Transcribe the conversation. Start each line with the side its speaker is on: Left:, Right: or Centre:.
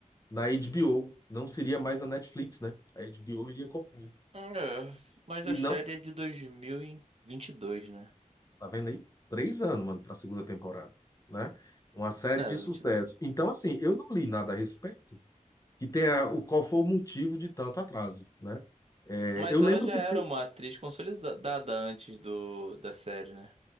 Left: na HBO, não seria mais na Netflix, né? A HBO iria comprar.
Right: É, mas
Left: E
Right: a
Left: não,
Right: série é de dois mil e e vinte e dois, né?
Left: tá vendo aí? Três anos, mano, para a segunda temporada, né? Uma série
Right: É, Ela
Left: de sucesso.
Right: é 20...
Left: Então, assim, eu não li nada a respeito, E tem a- o qual foi o motivo de tanto atraso, né? É,
Right: Mas
Left: eu lembro
Right: ela já
Left: que
Right: era
Left: te-
Right: uma atriz consolidada antes do, da série, né?